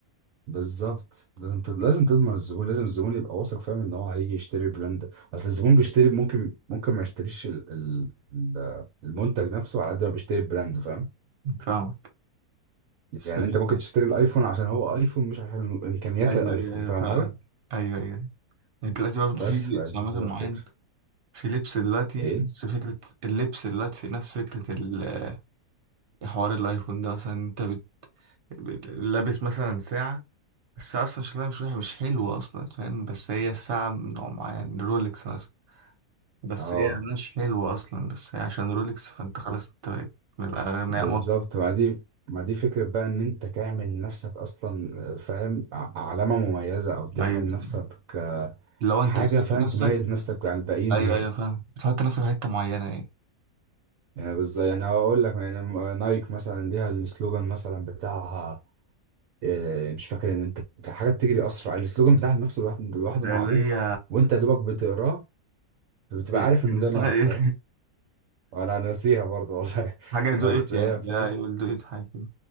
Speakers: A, on the right; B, on the right.
A: بالظبط لازم تض- لازم تضمن الزبون لازم الزبون يبقى واثق فاهم ان هو هيجي يشتري البراند اصل الزبون بيشتري ممكن ممكن ما يشتريش ال ال ال- المنتج نفسه على قد ما بيشتري البراند فاهم
B: فاهمك بس
A: يعني
B: يعني
A: انت ممكن تشتري الايفون عشان هو ايفون مش عشان امكانيات
B: أيوه
A: الايفون
B: أيوه أيوه
A: فاهم
B: فاهمك
A: حاجة
B: أيوه أيوه يعني دلوقتي برضه
A: بس
B: في لبس
A: فدي
B: عامة
A: بتبقى
B: معين
A: الفكرة
B: في لبس دلوقتي
A: ايه
B: نفس فكرة اللبس دلوقتي في نفس فكرة ال- حوار الأيفون ده مثلا أنت بت... بت- لابس مثلا ساعة الساعة أصلا شكلها مش وحش- مش حلوة أصلا فاهم بس هي الساعة من نوع معين رولكس مثلا بس
A: اه
B: هي مش حلوة أصلا بس هي عشان رولكس فأنت خلاص أنت بقيت من الأغنياء
A: بالظبط
B: مصر
A: ما دي ما دي فكرة بقى ان انت تعمل لنفسك اصلا فاهم ع- علامة مميزة او تعمل
B: أيوه
A: لنفسك
B: لو
A: حاجة
B: أنت بتحط
A: فاهم
B: نفسك
A: تميز نفسك عن الباقيين
B: ايوه
A: بيها
B: ايوه فاهم بتحط نفسك في حته معينه يعني
A: يعني بالظبط يعني هقول لك يعني م- نايك مثلا ليها السلوجان مثلا بتاعها آه، مش فاكر ان انت حاجة بتجري اسرع السلوجان بتاع نفسه لوحد- لوحده
B: اللي
A: معروف
B: هي
A: وانت يا دوبك بتقراه بتبقى
B: كان
A: عارف ان
B: اسمها
A: ده نايك
B: ايه
A: فاهم انا ناسيها برضه والله
B: <laughs> حاجه
A: <laughs>
B: دو
A: بس
B: ات
A: هي
B: يعني
A: فاهم
B: لا يقول دو ات حاجه كده